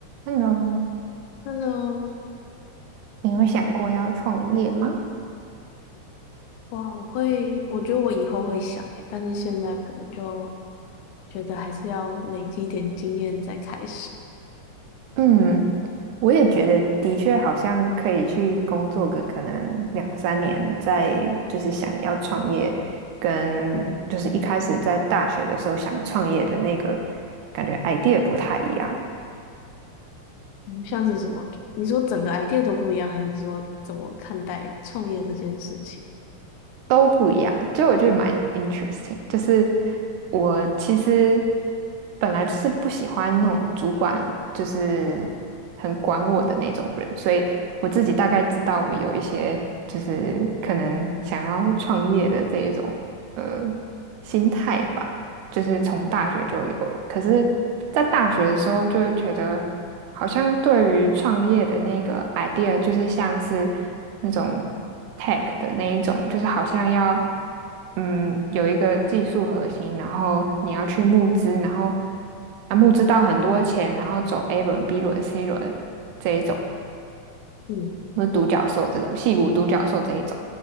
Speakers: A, on the right; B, on the left.
A: Hello，
B: Hello，
A: 你有想过要创业吗？
B: 哇，我会，我觉得我以后会想耶，但是现在可能就觉得还是要累积一点经验再开始。
A: 嗯，我也觉得的确好像可以去工作个可能两三年，再就是想要创业，跟就是一开始在大学的时候想创业的那个感觉 idea 不太一样。
B: 嗯像是什么？你说整个 idea 都不一样，还是说怎么看待创业这件事情？
A: 都不一样，就我觉得蛮 interesting。就是我其实本来就是不喜欢那种主管就是很管我的那种人，所以我自己大概知道我有一些就是可能想要创业的这一种呃心态吧。就是从大学就有了。可是，在大学的时候，就会觉得好像对于创业的那个 idea，就是像是那种 tech 的那一种，就是好像要嗯有一个技术核心，然后你要去募资，然后啊募资到很多钱，然后走 A 轮、B 轮、C 轮这一种。
B: 嗯，
A: 或者独角兽这种，戏骨独角兽这一种，